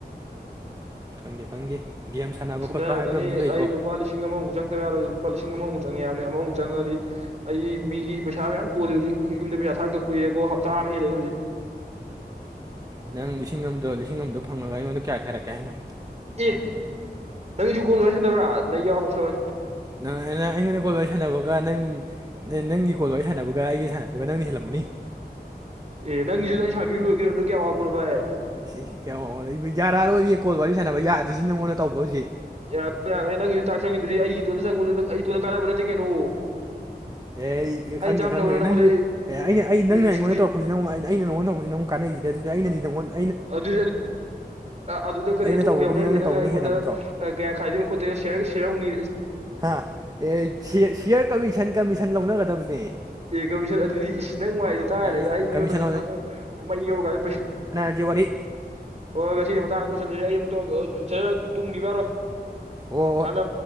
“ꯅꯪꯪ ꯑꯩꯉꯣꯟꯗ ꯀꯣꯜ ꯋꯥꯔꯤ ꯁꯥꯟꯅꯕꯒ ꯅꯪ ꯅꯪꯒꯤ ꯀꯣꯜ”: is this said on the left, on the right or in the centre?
Right